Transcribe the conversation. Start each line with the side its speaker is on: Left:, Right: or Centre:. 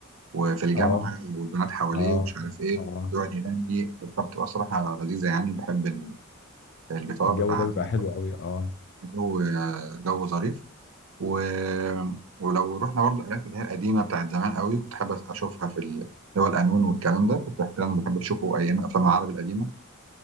Right: وفي الجامعة
Left: اه
Right: والبنات حواليه
Left: اه
Right: ومش عارف ايه
Left: اه
Right: ويقعد يغني كانت بتبقى صراحة لذيذة يعني بحب ال- الجيتار
Left: الجو
Right: بتاع
Left: ده بيبقى
Right: تامر
Left: حلو
Right: حسني
Left: قوي اه
Right: جو آه، جو ظريف و... ولو رحنا برضو الآلات اللي هي القديمة بتاعت زمان قوي كنت حابب أشوفها في ال- اللي هو القانون والكلام ده كنت أحيانا بحب أشوفه أيام أفلام العربي القديمة